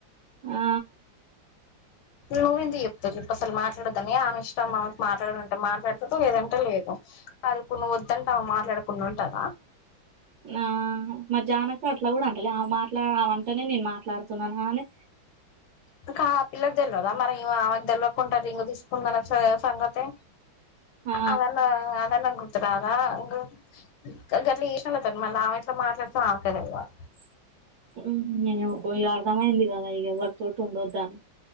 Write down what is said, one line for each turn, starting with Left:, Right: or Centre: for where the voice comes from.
Right: ఆ
Left: నువ్వెందుకు జేప్తావు జొప్పు అసలు మాట్లాడద్దని ఆమె ఇష్టం మా మాట్లాడలంటే మాట్లాడతుదు లేదంటే లేదు కాదు ఇప్పుడు నువ్వొంటే ఆమ మాట్లాడకుండ వుంటాద
Right: నా మా జానకీ అట్లా గూడా అంటలే ఆమ మాట్లా ఆమ అంటనే నేను మాట్లాడుతున్నానా అని
Left: ఇంకా ఆ పిల్లక్ తెల్వదా మరి ఈమ ఆమెకు దెల్వకుంటా రింగు దీసుకున్నానా సే సంగతి
Right: ఆ
Left: అవన్నా అదన్నా గుర్త్ ర్తు రాద గొ గట్లా చేసినోళ్లతోని మళ్ళా ఆమెట్లా మాట్లాడతో ఆమెకే తెల్వల్
Right: <unintelligible> అర్దమైయింది గదా ఇగ ఎవరితోటి ఉండొద్దని